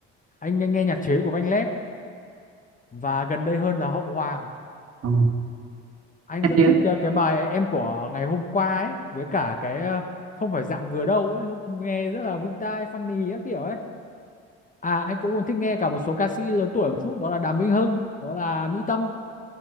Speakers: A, on the left (about 25°); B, on the right (about 50°).
A: Anh nghe nhạc chế của Văn Lét và gần đây hơn là Hậu Hoàng.
B: Ồ,
A: anh
B: em
A: rất
B: chưa.
A: thích ờ, cái bài em của ngày hôm qua ấy với cả cái ờ, không phải dạng vừa đâu ấy nghe rất là vui tai funny các kiểu ấy à anh cũng còn thích nghe cả một số ca sĩ lớn tuổi một chút đó là Đàm Vĩnh Hưng đó là Mỹ Tâm